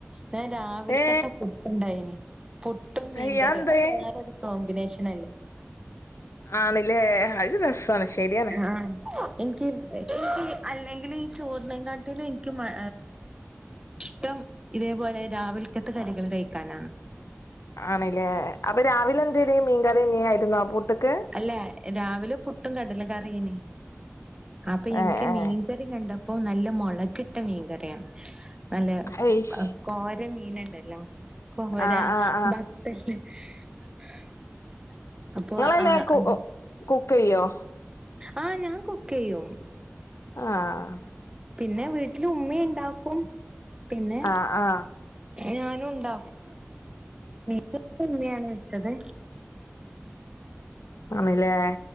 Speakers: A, on the right; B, on the left.
A: ഞാൻ രാവിലത്തത്തെ
B: ഏ
A: പുട്ടുണ്ടായിന്. പുട്ടും മീൻകറി
B: അയ്യന്തേ
A: അത് വേറോരു കോമ്പിനേഷനല്ലേ.
B: ആണില്ലേ അ രസാണ് ശരിയാണ്.
A: ആഹ്. എനിക്ക്, എനിക്ക് അല്ലെങ്കിലും ഈ ചോറിനെ കാട്ടിലും എനിക്ക് മ ഇഷ്ടം ഇതേപോലെ രാവിലതത്തെ കറികള് കഴിക്കാനാ.
B: ആണല്ലേ അപ്പൊ രാവിലെ എന്തേലും മീൻകറി തന്നെ ആയിരുന്നോ ആ പൂട്ട്ക്ക്.
A: അല്ല രാവിലെ പുട്ടും കടല കറിയനെ അപ്പൊ എനിക്ക്
B: ഏ ഏ
A: മീൻ. മീൻകറി കണ്ടപ്പോ നല്ല മുളകിട്ട മീൻകറിയാണ്. നല്ല
B: അയ്ശ്
A: കോര മീന്ണ്ടല്ലോ കോര.
B: ആ ആ ആ
A: <unintelligible> അപ്പൊ
B: നിങ്ങളെല്ല
A: ആ
B: കു
A: അത്
B: കുക്കെയ്യോ?
A: ആഹ് ഞാൻ കുക്കെയ്യും.
B: ആഹ്.
A: പിന്നെ വീട്ടില് ഉമ്മെണ്ടാക്കും പിന്നെ.
B: ആ ആ
A: ഞാനും ഉണ്ടാക്കും മീൻ കറി ഉമ്മയാണ് വച്ചത്.
B: ആണല്ലേ